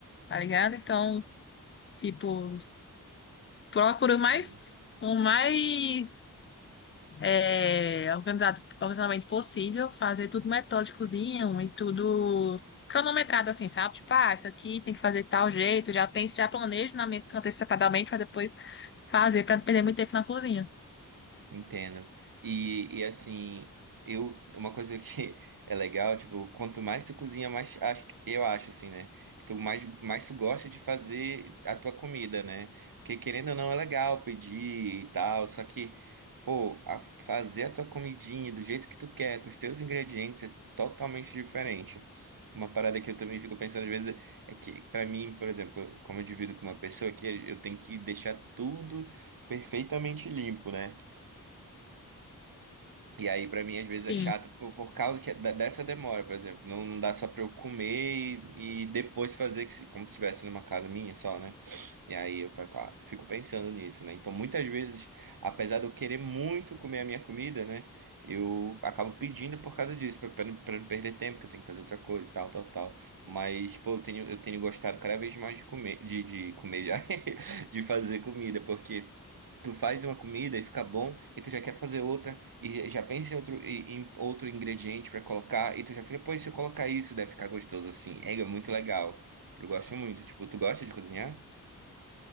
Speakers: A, on the left (about 35°); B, on the right (about 70°).
A: tá ligado? Então, tipo, procuro
B: sim.
A: mais o mais é, organizado, organizadamente possível, fazer tudo metódicozinho e tudo cronometrado, assim, sabe? Tipo, ah, isso aqui tem que fazer de tal jeito, já penso, já planejo na minha antecipadamente para depois fazer, para não perder muito tempo na cozinha.
B: Entendo. E, e assim, eu, uma coisa que <laughs> é legal, tipo, quanto mais tu cozinha, mais acho, que- eu acho assim, né? Que tu mais, mais tu gosta de fazer a tua comida, né? Porque querendo ou não é legal pedir e tal, só que, pô, a- fazer a tua comidinha do jeito que tu quer, com os teus ingredientes, é totalmente diferente. Uma parada que eu também fico pensando às vezes é que, pra mim, por exemplo, como eu divido com uma pessoa aqui, eu tenho que deixar tudo perfeitamente limpo, né? E aí, pra mim, às vezes
A: Sim.
B: é chato por, por causa que, é da- dessa demora, por exemplo. Não, não dá só pra eu comer e, e depois fazer que se- como se estivesse numa casa minha só, né? E aí eu fico, ah, fico pensando nisso, né? Então, muitas vezes, apesar de eu querer muito comer a minha comida, né? Eu acabo pedindo por causa disso, pra, pra não pra não perder tempo, que eu tenho que fazer outra coisa e tal, tal, tal. Mas, pô, eu tenho, eu tenho gostado cada vez mais de comer, de, de comer já, <laughs> de fazer comida, porque. Tu faz uma comida e fica bom, e tu já quer fazer outra, e já pensa em outro, e- em outro ingrediente pra colocar, e tu já fica, pô, e se eu colocar isso, deve ficar gostoso assim. É, é muito legal. Eu gosto muito. Tipo, tu gosta de cozinhar?